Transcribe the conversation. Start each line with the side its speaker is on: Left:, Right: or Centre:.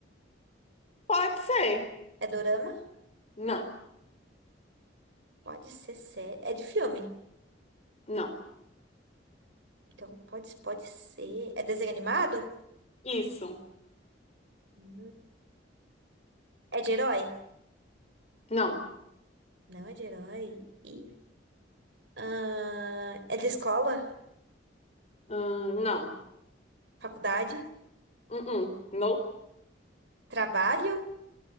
Left: Pode ser.
Right: É dorama?
Left: Não.
Right: Pode ser série. É de filme?
Left: Não.
Right: Então pode, pode ser. É desenho animado?
Left: Isso.
Right: Hum. É de herói?
Left: Não.
Right: Não é de herói? e ah, é de escola?
Left: Hum, não.
Right: Faculdade?
Left: Uh-uh. Não.
Right: Trabalho?